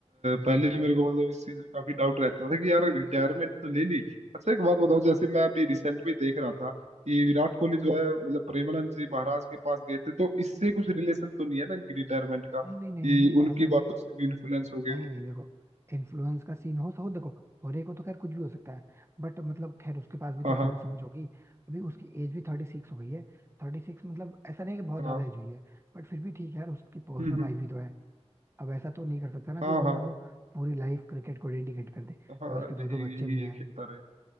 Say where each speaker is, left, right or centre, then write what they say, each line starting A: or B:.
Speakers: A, on the right (about 25°); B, on the right (about 80°).
A: हम्म,
B: पहले मेरे को मतलब इस चीज में काफी डाउट रहता था कि यार रिटायरमेंट तो ले ली अच्छा एक बात बताओ जैसे मैं अभी रिसेंट में देख रहा था कि विराट कोहली जो है मतलब प्रेमानंद जी महाराज के पास गए थे तो इससे कुछ रिलेशन तो नहीं है ना इनकी रिटायरमेंट का कि
A: नहीं नहीं नहीं नहीं नहीं
B: उनकी
A: ऐसा
B: बातों से भी इन्फ्लुएंस हो गए
A: नहीं
B: हो
A: नहीं देखो इन्फ्लुएंस का सीन हो तो हो देखो होने को तो खैर कुछ भी हो सकता है बट मतलब खैर उसके पास भी तो
B: हाँ हाँ
A: थोड़ी समझ होगी अभी उसकी एज भी थर्टी सिक्स हो गई है थर्टी सिक्स मतलब ऐसा नहीं कि बहुत
B: हाँ
A: ज्यादा एज हुई है बट फिर भी ठीक है यार उसकी पर्सनल
B: हम्म हम्म,
A: लाइफ भी तो है अब ऐसा तो नहीं कर सकता ना
B: हाँ
A: कि वो
B: हाँ
A: मतलब पूरी लाइफ क्रिकेट को डेडिकेट कर दे भाई
B: हाँ हाँ
A: उसके
B: यही
A: दो दो बच्चे
B: यही
A: भी हैं
B: ये खेलता रहे